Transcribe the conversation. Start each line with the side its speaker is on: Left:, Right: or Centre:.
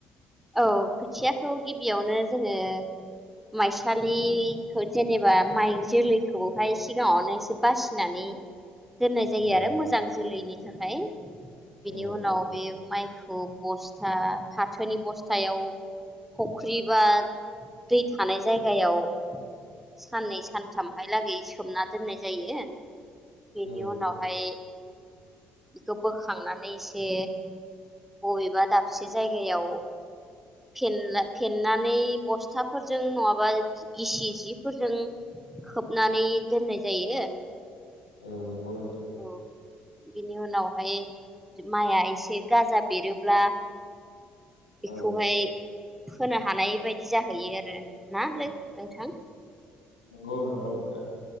Centre: औ खोथियाखौ गिबियावनो जोङो माइसालिखौ जेनेबा माइ जोलैखौहाय सिगाङावनो एसे बासिनानै दोननाय जायो
Left: औ
Centre: आरो मोजां जोलैनि थाखाय बिदिनि
Left: औ
Centre: उनाव
Left: औ
Centre: बे माइ खौ बस्था फाथोनि बस थायाव फख्रि बा दै थानाय जायगायाव साननै सानथामहाय लागै सोमना दोननाय जायो। बेनि
Left: औ
Centre: उनावहाय बेखौ बोखांनानै एसे बबेबा दाब से जायगायाव फेन फेननानै बस्था फोरजों नङाबा गिसि सिफोरजों खोबनानै दोननाय जायो।
Left: जायो औ नंगौ नोंथां
Centre: औ बिनि उनावहाय माइआ एसे गाजा बेरोब्ला बेखौहाय
Left: औ
Centre: होनोनो हानाय बायदि जाहैयो आरो नालै नोंथां?
Left: नंगौ नंगौ नोंथां।